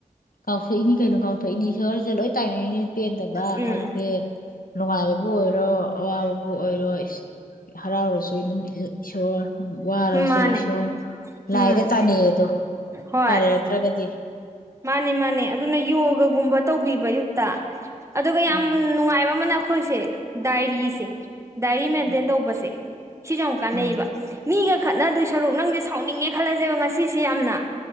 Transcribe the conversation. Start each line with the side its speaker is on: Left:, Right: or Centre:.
Left: ꯀꯥꯎꯊꯣꯛꯏꯅꯤ ꯀꯩꯅꯣ ꯀꯥꯎꯊꯣꯛꯏꯅꯤ ꯁꯍꯔꯁꯦ ꯂꯣꯏ ꯇꯥꯏꯅꯩꯅꯦ ꯄꯦꯟꯗꯕ
Right: ꯎꯝ
Left: ꯈꯪꯗꯦ ꯅꯨꯡꯉꯥꯏꯕꯕꯨ ꯑꯣꯏꯔꯣ ꯑꯋꯥꯕꯕꯨ ꯑꯣꯏꯔꯣ ꯍꯔꯥꯎꯔꯁꯨ ꯏꯁꯣꯔ ꯋꯥꯔꯁꯨ
Right: ꯃꯥꯅꯦ
Left: ꯏꯁꯣꯔ
Right: ꯎꯝ
Left: ꯂꯥꯏꯗ ꯇꯥꯟꯅꯩ ꯑꯗꯣ
Right: ꯍꯣꯏ
Left: ꯐꯔ ꯌꯥꯠꯇ꯭ꯔꯒꯗꯤ
Right: ꯃꯥꯅꯦ ꯃꯥꯅꯦ ꯑꯗꯨꯅ ꯌꯣꯒꯒꯨꯝꯕ ꯇꯧꯕꯤꯕ ꯑꯌꯨꯛꯇ ꯑꯗꯨꯒ
Left: ꯎꯝ
Right: ꯌꯥꯝ ꯅꯨꯡꯉꯥꯏꯕ ꯑꯃꯅ ꯣꯏꯁ ꯗꯏꯔꯤꯁ ꯗꯥꯏꯔꯤ ꯃꯦꯟꯇꯦꯟ
Left: ꯎꯝ
Right: ꯇꯧꯕꯁꯦ ꯁꯤꯁꯨ ꯌꯥꯝꯛ ꯀꯥꯟꯅꯩꯌꯦꯕ
Left: ꯎꯝ
Right: ꯃꯤꯒ ꯈꯠꯅꯗꯣꯏ ꯁꯔꯨꯛ ꯅꯪꯁꯦ ꯁꯥꯎꯅꯤꯡꯉꯦ ꯈꯜꯂꯁꯦꯕ ꯉꯁꯤꯁꯦ ꯌꯥꯝꯅ